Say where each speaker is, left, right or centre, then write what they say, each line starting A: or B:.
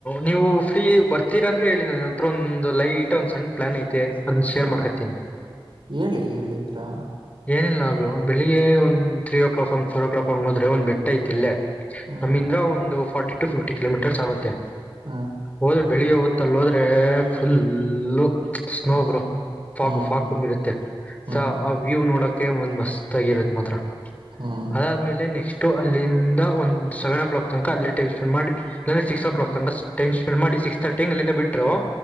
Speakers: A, on the left; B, on the right.
A: ನೀವು ಫ್ರೀ ಬರ್ತೀರಾ ಅಂದ್ರೆ ಹೇಳಿ ನನ ಹತ್ರ ಒಂದು ಲೈಟ್ ಒಂದ್ ಸಣ್ಣ ಪ್ಲಾನ್ ಐತೆ ಅದನ್ನ ಶೇರ್
B: ಹ
A: ಮಾಡ್ಕತೀನಿ
B: ಹೇಳಿ ಹೇಳಿ ಬ್ರೋ
A: ಏನಿಲ್ಲ ಬೆಳಿಗ್ ಒನ ತ್ರೀ ಕ್ಲಾಕ್ ಹಂಗಿ ಫೋರ್ ಕ್ಲಾಕ್ ಹೋದ್ರೆ ಒನ ಬಿಟ್ಟ ಐತಿಲ್ಲೇ
B: ಹ
A: ಇಲ್ಲಿಂದ ಒಂದು ಫಾರ್ಟಿ ಟು ಫಿಫ್ಟಿ ಕಿಲೋಮೀಟರ್ಸ್ ಆಗುತ್ತೆ
B: ಹ
A: ಹೋದ್ರೆ ಬೆಳ್ಳಿಗೆ ಹೊ ತಲ್ಲೋದ್ರೆ ಫುಲ್ಲು ಸ್ನೋ
B: ಹ್ಮ್
A: ಬ್ರೋ ಫಾಗ
B: ಹ್ಮ್
A: ಫಾಗ್ ತಂ
B: ಹ್ಮ್
A: ಆ ವ್ಯೂವ್ ನೋಡಕ್ ಒಂದ್ ಮಸ್ತ್ ಆಗಿರುತ್ತ ಮಾತ್ರ
B: ಹ್ಮ್
A: ಅದಾದ್ಮೇಲೆ ನೆಕ್ಸ್ಟ್ ಅಲ್ಲಿಂದ ಒಂದ ಸೆವನ ಕ್ಲಾಕ್ ತನಕಾ ಅಲ್ಲೇ ಟೈಮ್ ಸ್ಪೆಂಡ ಮಾಡಿ ವನ ಸಿಕ್ಸ್ ಓ
B: ಹ್ಮ್
A: ಕ್ಲಾಕ್ ತ ಟೈಮ ಸ್ಪೆಂಡ್ ಮಾಡಿ ಸಿಕ್ಸ್ ತರ್ಟಿಂಗೆ ಅಲ್ಲಿಂದ ಬಿಟ್ಟರು